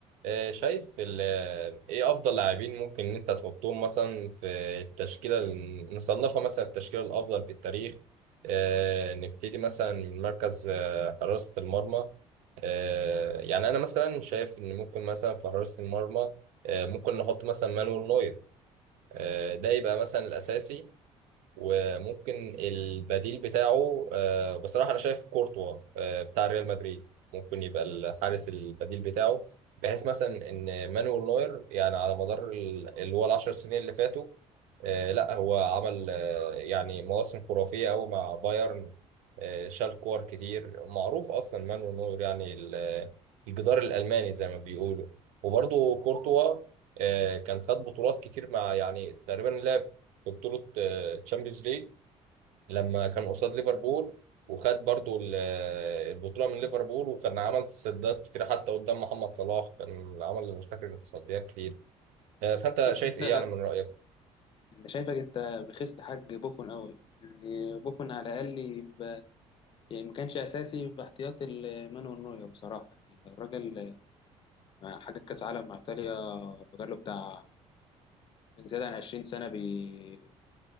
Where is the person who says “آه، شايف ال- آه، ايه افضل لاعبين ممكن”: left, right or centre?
Right